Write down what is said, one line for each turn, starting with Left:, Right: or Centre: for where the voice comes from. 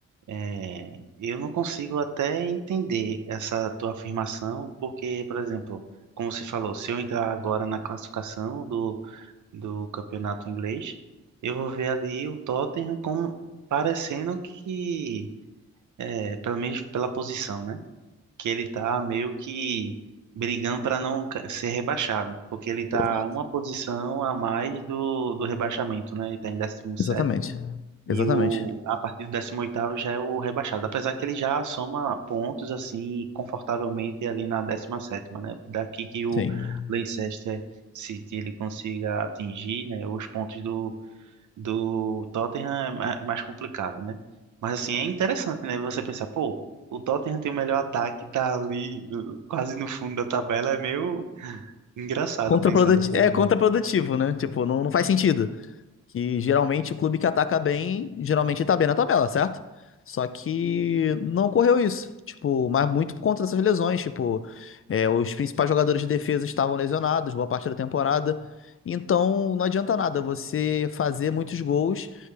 Right: É, eu não consigo até entender essa tua afirmação, porque, por exemplo, como você falou, se eu entrar agora na classificação do, do campeonato inglês, eu vou ver ali o Tottenham como parecendo que, é, pelo menos pela posição, né? Que ele tá meio que brigando para não ca- ser rebaixado, porque ele tá
Left: Exato.
Right: uma posição a mais do, do rebaixamento, né? Ele tá em décimo sétimo.
Left: Exatamente.
Right: E
Left: Exatamente.
Right: o, a partir do 18º já é o rebaixado, apesar que ele já soma pontos assim confortavelmente ali na décima sétima né? Daqui que o
Left: Sim.
Right: Leicester City ele consiga atingir, né, os pontos do, do Tottenham é ma- é mais complicado, né? Mas assim, é interessante, né, você pensar, pô, o Tottenham tem o melhor ataque, tá ali uh, quase no fundo da tabela, é meio engraçado
Left: Contraprodutivo,
Right: pensar dessa
Left: é
Right: maneira.
Left: contraprodutivo, né? Tipo, não, não faz sentido. Que geralmente o clube que ataca bem, geralmente tá bem na tabela, certo? Só que não ocorreu isso. Tipo, mas muito por conta dessas lesões. Tipo, é, os principais jogadores de defesa estavam lesionados boa parte da temporada. Então não adianta nada você fazer muitos gols